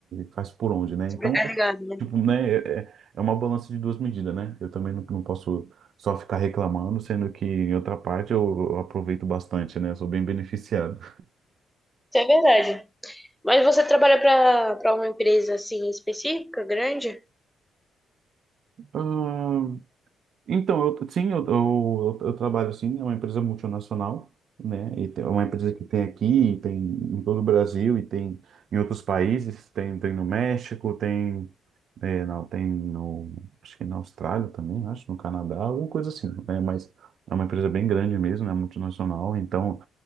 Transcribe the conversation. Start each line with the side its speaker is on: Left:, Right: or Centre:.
Right: faz por onde, né?
Centre: sobrecarregado,
Right: Então
Centre: né?
Right: Tipo, né, é, é é uma balança de duas medidas, né? Eu também não, não posso só ficar reclamando, sendo que em outra parte eu, eu aproveito bastante, né? Eu sou bem beneficiado.
Centre: Isso é verdade. Mas você trabalha pra, pra uma empresa, assim, específica, grande?
Right: Ah, então, eu, sim, eu, eu, eu trabalho assim, é uma empresa multinacional, né? E tem- é uma empresa que tem aqui, tem em todo o Brasil e tem em outros países, tem, tem no México, tem, é, não, tem no, acho que na Austrália também, acho, no Canadá, alguma coisa assim, né? Mas é uma empresa bem grande mesmo, né? Multinacional, então